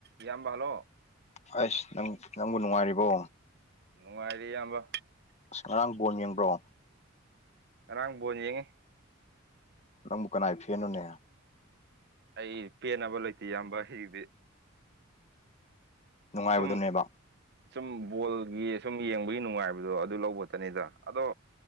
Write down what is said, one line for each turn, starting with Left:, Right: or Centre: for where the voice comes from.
Right: ꯌꯥꯝꯕ ꯍꯂꯣ
Left: ꯍꯩꯁ ꯅꯪ ꯅꯪꯕꯨ ꯅꯨꯡꯉꯥꯏꯔꯤꯕꯣ
Right: ꯅꯨꯡꯉꯥꯏꯔꯤ ꯏꯌꯥꯝꯕ
Left: ꯑꯁ ꯉꯔꯥꯡ ꯕꯣꯟ ꯌꯦꯡꯕ꯭ꯔꯣ
Right: ꯉꯔꯥꯡ ꯕꯣꯟ ꯌꯦꯡꯉꯤ
Left: ꯅꯪꯕꯨ ꯀꯅꯥꯏ ꯐꯦꯟꯅꯣꯅꯦ
Right: ꯑꯩ ꯄꯦꯅꯕ ꯂꯩꯇꯦ ꯏꯌꯥꯝꯕ ꯍꯤꯗꯤ
Left: ꯅꯨꯡꯉꯥꯏꯕꯗꯨꯅꯦꯕ
Right: ꯁꯨꯝ ꯁꯨꯝ ꯕꯣꯜꯒꯤꯁ ꯁꯨꯝ ꯌꯦꯡꯕꯒꯤ ꯅꯨꯡꯉꯥꯏꯕꯗꯣ ꯑꯗꯨ ꯂꯧꯕ ꯈꯇꯅꯦꯗ ꯑꯗꯣ